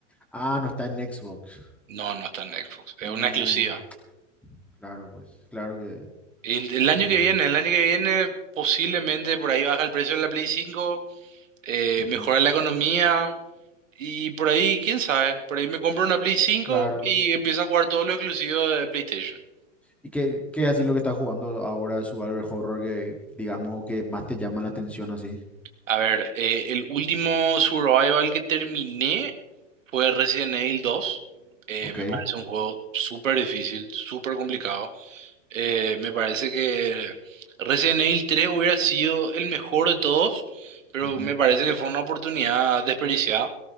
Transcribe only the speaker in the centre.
Ah, no está en Xbox.
No,
claro, pues, claro que,
ok,
ujú,
claro.
¿Y qué, qué así lo que estás jugando ahora, Survival Horror, que digamos que más te llama la atención así?
Ok,
ujú.